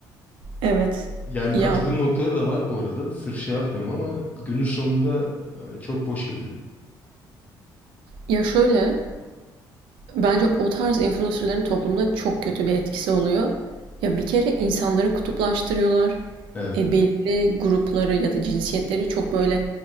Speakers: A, on the right (about 80°); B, on the left (about 20°).
A: Evet.
B: Yani
A: Ya
B: katıldığım noktaları da var bu arada. Sırf şey yapmıyorum ama günün sonunda e, çok boş geliyor.
A: ya şöyle bence o tarz influencerların toplumda çok kötü bir etkisi oluyor. Ya bir kere insanları kutuplaştırıyorlar.
B: Evet.
A: E, belirli grupları ya da cinsiyetleri çok böyle